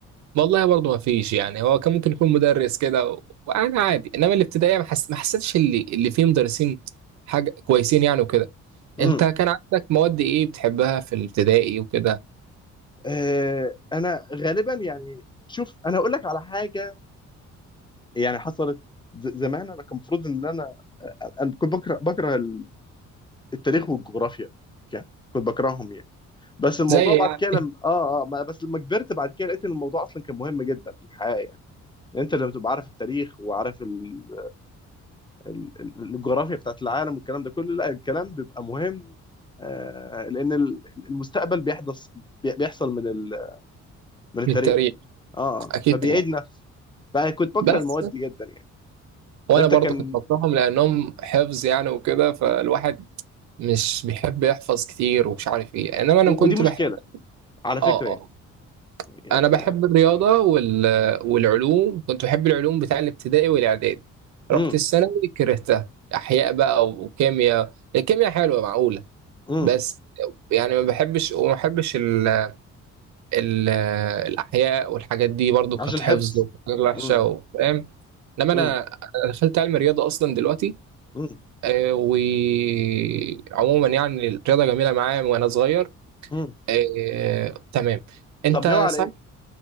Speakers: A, on the right (about 70°); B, on the left (about 15°).
A: والله برضه ما فيش يعني هو كان ممكن يكون مدرس كده و- وانا عادي انما الابتدائيه ما حس... ما حسيتش اللي اللي فيه مدرسين حاجه كويسين يعني وكده
B: امم
A: انت كان عندك مواد ايه بتحبها في الابتدائي وكده
B: آه انا غالبا يعني شوف انا اقول لك على حاجه يعني حصلت ز- زمان انا كان المفروض ان انا انا كنت بكره بكره ال- التاريخ والجغرافيا كان كنت بكرههم يعني بس الموضوع
A: زي
B: بعد
A: يعني
B: كده لما اه اه ما- بس لما كبرت بعد كده لقيت ان الموضوع اصلا كان مهم جدا في الحياه يعني. انت لما تبقى عارف التاريخ وعارف ال... ال... ال- الجغرافيا بتاعت العالم والكلام ده كله لا الكلام بيبقى مهم آه لان ال- المستقبل بيحدث بي- بيحصل من ال... من التاريخ
A: من التاريخ
B: اه
A: اكيد
B: فبيعيد
A: طبعا
B: نفسه فكنت بكره
A: بس
B: المواد دي جدا يعني
A: وانا
B: انت
A: برضه
B: كان
A: كنت بكرههم لانهم حفظ يعني وكده فالواحد مش بيحب يحفظ كتير ومش عارف ايه انما انا
B: و-
A: كنت
B: ودي مشكله
A: بحب
B: على فكره
A: اه اه
B: يعني يعني-
A: انا بحب الرياضه وال... والعلوم كنت بحب العلوم بتاع الابتدائي والاعدادي
B: امم
A: رحت الثانوي كرهتها احياء بقى وكيمياء الكيمياء حلوه معقوله
B: امم
A: بس يعني ما بحبش وما بحبش ال... ال... الاحياء والحاجات دي برضو
B: عشان
A: كانت حفظ
B: حفظ
A: وحاجات وحشه
B: امم
A: و- فاهم انما
B: امم
A: انا أنا دخلت علم رياضه اصلا دلوقتي
B: امم
A: آه، وعموما يعني الرياضه جميله معايا من وانا صغير
B: امم
A: آه، تمام انت
B: طب ناوي على
A: صح،
B: ايه